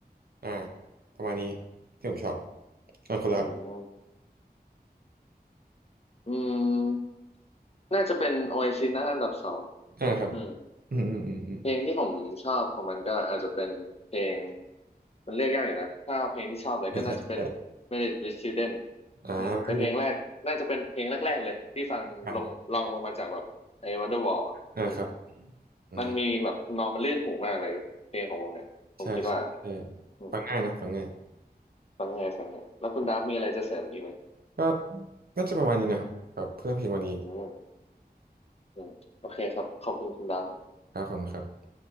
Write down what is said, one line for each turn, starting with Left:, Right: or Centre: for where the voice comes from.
Right: อ่าประมาณนี้ที่ผมชอบอ่าคุณละครับ
Left: อืมอืมน่าจะเป็น Oasis นะอันดับสอง
Right: อ่าครับ
Left: อืม
Right: อืมอืมอืมอืม
Left: เพลงที่ผมชอบของมันก็อาจจะเป็นเพลงมันเลือกยากอยู่นะถ้าเอาเพลงที่ชอบเลยก็น่าจะเป็น
Right: ใช่ใช่ใช่
Left: Married with Children
Right: อ่าก็อยู้
Left: อืมเป็นเพลงแรกน่าจะเป็นเพลงแรกๆเลยที่ฟังลงลองลงมาจากแบบไอ้
Right: ฟัง
Left: Wonderwall อ่ะอืม
Right: อ่าครับอืม
Left: มันมีแบบทำนองมันลื่นหูมากเลยเพลงของวงเนี่ยผมคิดว่า
Right: ใช่ใช่ใช่
Left: อืม
Right: ฟังง่ายเนอะฟังง่าย
Left: ฟังไงฟังเนี่ยแล้วคุณดับมีอะไรจะเสริมอีกไหม
Right: ก็น่าจะประมาณนี้นะครับแบบเพื่อเพลงวันนี้
Left: อืมอืมโอเคครับขอบคุณคุณดับ
Right: ครับขอบคุณครับ